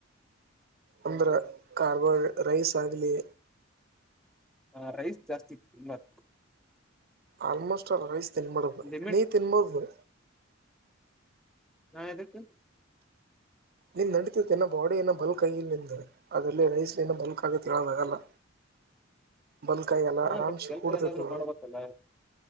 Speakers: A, on the right; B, in the centre.
A: ಅಂದ್ರೆ ಕಾರ್ಬೋ ರೈಸ್ ಆಗಲಿ
B: ಹಾ ರೈಸ್ ಜಾಸ್ತಿ ಮ
A: ಆಲ್ಮೋಸ್ಟ್ ರೈಸ್ ತಿನ್ಬಾರ
B: ಲಿಮಿಟ್
A: ನೀ ತಿನ್ಬೋದ
B: ಹಾ ಇದದಕ್ಕೆ
A: ನಿನ್ ನಡತೈತಿನ್ನೋ ಬಾಡಿ ಏನೋ ಬಲ್ಕ್ ಆಗಿ ನಿ ಅದ್ರಲ್ಲಿ ರೈಸ್ ಏನೋ ಬಲ್ಕ್ ಆಗೆ ಹೇಳೋದಾಗಲ್ಲ ಬಲ್ಕ ಎಲ್ಲ
B: ಹ
A: ಆರಾಮಸ
B: ಬಟ್ ಕೆಲ್ಸ
A: ಕುಡತ
B: ಏನಾದ್ರು
A: ತ
B: ಮಾಡ್ಬೇಕಲ್ಲ